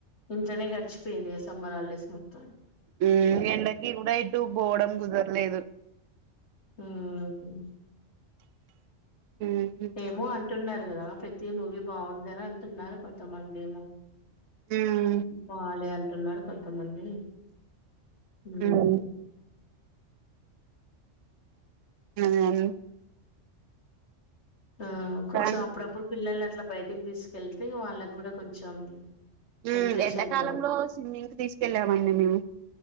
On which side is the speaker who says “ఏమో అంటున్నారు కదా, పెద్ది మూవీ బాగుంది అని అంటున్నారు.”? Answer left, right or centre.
Left